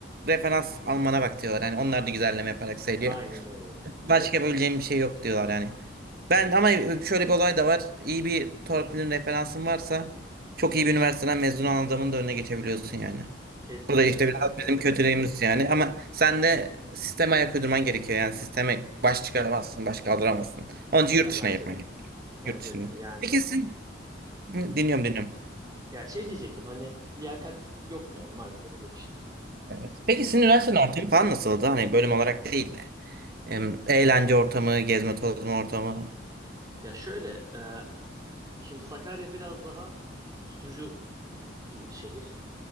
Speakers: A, on the right; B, on the right.
A: referans almana bak diyorlar. Yani onlar da güzelleme yaparak söylüyor.
B: Aynen öyle.
A: Başka yapabileceğim bir şey yok diyorlar yani. Ben ama şöyle bir olay da var. İyi bir torpilin referansın varsa çok iyi bir üniversiteden mezun olan adamın da önüne geçebiliyorsun yani.
B: Kesinlikle
A: Bu da işte
B: katılıyorum.
A: biraz bizim kötülüğümüz yani. Ama sen de sisteme ayak uydurman gerekiyor. Yani sisteme baş çıkaramazsın, baş kaldıramazsın. Onun için yurt
B: Ya
A: dışına
B: bence
A: yapman
B: de.
A: gerekiyor.
B: Bence
A: Yurt dışında.
B: de. Yani
A: Peki sizin... Hı,
B: hı.
A: Dinliyorum, dinliyorum.
B: ya şey diyecektim hani liyakat yok mu yani maalesef yok işte.
A: Evet.
B: Bizde
A: Peki sizin
B: maalesef
A: üniversitenin
B: yok.
A: ortamı falan nasıldı? Hani bölüm olarak değil de. Em, Eğlence ortamı, gezme tozma ortamı.
B: Ya şöyle e, şimdi Sakarya biraz daha tutucu bir şehir.